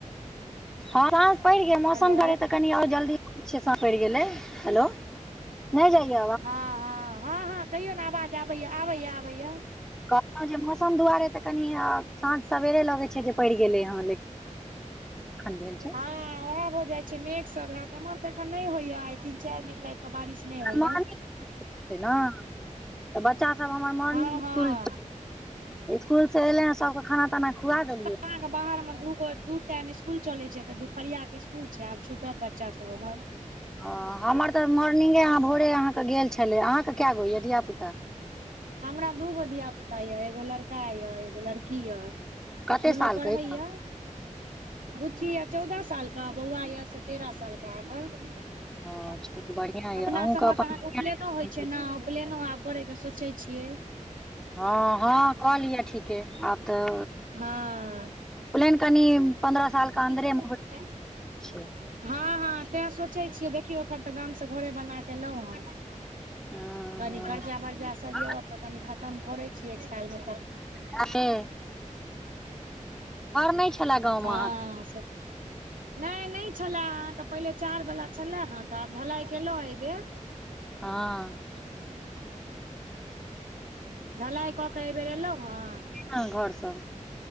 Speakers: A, in the centre; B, on the right.
A: हँ साझ पड़ि गेल मौसम
B: हेलो
A: डरे त कनी आओर जल्दी पि गेलै हेलो नय जाइय
B: हँ हँ हँ हँ कहियौ न आवाज आबैए आबैए आबैए
A: कहलौं जे मौसम दुआरे तऽ कनि साँझ सवैरे लगै छै जे पड़ि गेलै हँ लेकिन एखन भेल छै
B: हँ ओहे भऽ जाइ छै मेघ सब हैत एम्हर तऽ एखन नय होइये आइ तीन चारि महिनाक बारिश नय होइये
A: मॉर्निंग छै ने तऽ बच्चा सब हमर मॉर्निंग
B: हँ हँ
A: इसकुल छै। स्कुल से एलैये सबके खाना ताना खुआ देलियै
B: अहाँ के बाहर मे दू गो दू टाइम स्कुल चलै छै तऽ दुपरिया के स्कुल छै आब छुटत बच्चा सब एम्हर
A: हँ हमर तऽ मोर्निंगे अहाँ भोरे अहाँके गेल छलै अहाँके कै गो ये धिया पुता
B: हमरा दू गो धिय पुता यए एगो लड़का यए एगो लड़की यए।
A: कते
B: दुनू
A: साल
B: परहैय
A: के यऽ
B: बुच्ची यए चौदह सालके बौआ यए से तेरह सालके अहाँके।
A: ओ चलू बढ़िआँ
B: अपना
A: यऽ अहूँके
B: सभमे
A: अपन
B: तऽ अहाँके उपनयनो होइ छै ने उपलेनो आब करै के सोचै छियै
A: हँ हँ कऽ लिअ ठीके आब तऽ
B: हँ
A: प्लेन कनी पन्द्रह साल के अन्दरे
B: पीछै
A: मे
B: <inaudible>
A: होइ छै
B: हँ हँ तैं सोचै छियै देखियौ एखन तऽ गाम से घरे बना के एलौं हन
A: हँ
B: कनी कर्जा बर्जा सभ
A: हँ
B: यए तऽ कनी खतम करै छी एक सालमे तऽ
A: काहे नहि छलए गाँवमे
B: हँ
A: अहाँके
B: से नय नय छले अहाँके पहिले चार बला छलए हँ तऽ आब ढलाइ केलौं एहिबेर
A: हँ
B: ढलाइ कऽ के एहि बेेर एलौं हन
A: हँ घर सँ